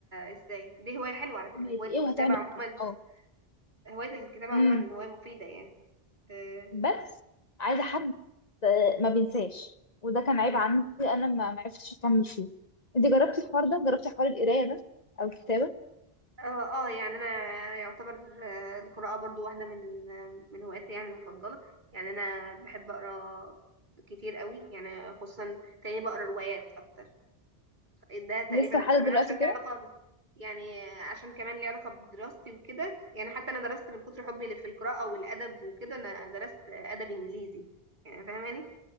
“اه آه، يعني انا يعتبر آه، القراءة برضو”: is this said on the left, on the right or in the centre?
Right